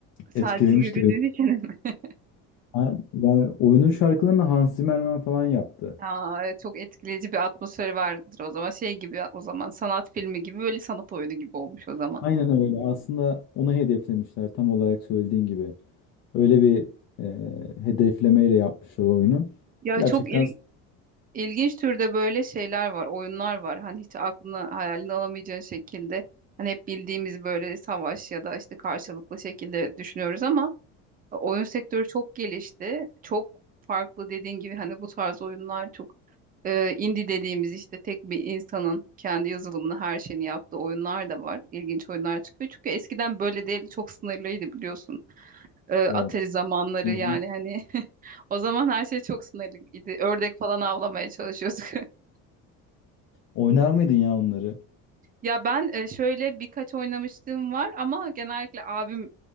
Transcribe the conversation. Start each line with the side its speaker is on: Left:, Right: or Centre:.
Right: Sadece
Left: Etkilemişti
Right: yürüdüğün
Left: beni.
Right: için <laughs>
Left: Ben, ben oyunun şarkılarını Hans Zimmerman falan yaptı.
Right: Aa, evet, çok etkileyici bir atmosferi vardır o zaman. Şey gibi o zaman sanat filmi gibi böyle sanat oyunu gibi olmuş o zaman.
Left: Aynen öyle. Aslında onu hedeflemişler tam olarak söylediğin gibi. Öyle bir e, hedeflemeyle yapmışlar oyunu.
Right: Ya
Left: Gerçekten
Right: çok il- ilginç türde böyle şeyler var, oyunlar var. Hani hiç aklına hayalini alamayacağın şekilde. Hani hep bildiğimiz böyle savaş ya da işte karşılıklı şekilde düşünüyoruz ama oyun sektörü çok gelişti. Çok farklı dediğin gibi hani bu tarz oyunlar çok Ee, indie dediğimiz işte tek bir insanın kendi yazılımını her şeyini yaptığı oyunlar da var. İlginç oyunlar çıkıyor. Çünkü eskiden böyle değil çok sınırlıydı biliyorsun. Ee,
Left: evet.
Right: Atari zamanları
Left: Özün-
Right: yani hani <laughs> o zaman her şey çok sınırlıydı. Ördek falan avlamaya çalışıyorduk. <laughs>
Left: Oynar mıydın ya onları?
Right: Ya ben e, şöyle birkaç oynamışlığım var ama genellikle abim